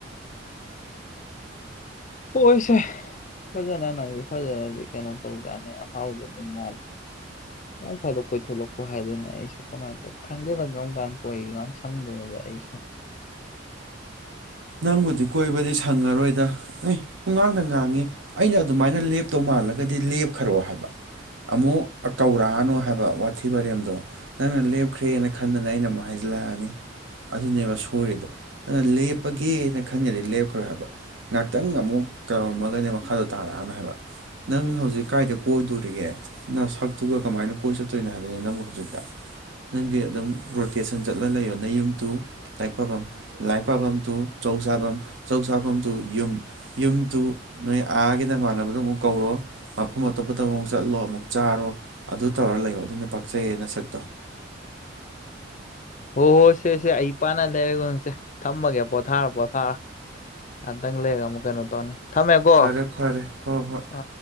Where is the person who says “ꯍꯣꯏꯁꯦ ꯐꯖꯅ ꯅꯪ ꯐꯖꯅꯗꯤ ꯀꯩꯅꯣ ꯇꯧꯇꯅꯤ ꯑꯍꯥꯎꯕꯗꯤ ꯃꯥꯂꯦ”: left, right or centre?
Left